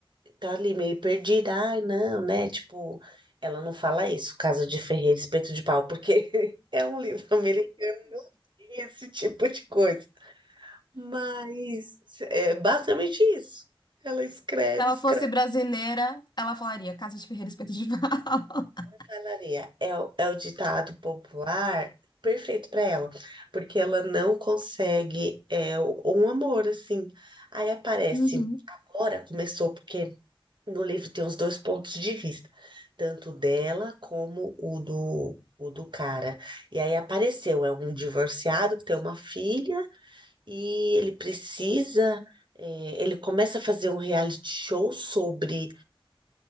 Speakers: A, on the right; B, on the left.
A: tá ali meio perdida. Ai, não, né? Tipo, ela não fala isso, Casa de ferreiro Espeto de Pau, porque <laughs> é um livro americano, não tem esse tipo de coisa. Mas é basicamente isso. Ela escreve,
B: Se ela
A: escreve,
B: fosse brasileira, ela falaria Casa de Ferreiro Espeto de Pau. <laughs>
A: falaria. É o, é o ditado popular perfeito para ela, porque ela não consegue é, o- um amor assim. Aí aparece.
B: Uhum,
A: Agora começou, porque No livro tem os dois pontos de vista, tanto dela como o do, o do cara. E aí apareceu, é um divorciado que tem uma filha e ele precisa, eh, ele começa a fazer um reality show sobre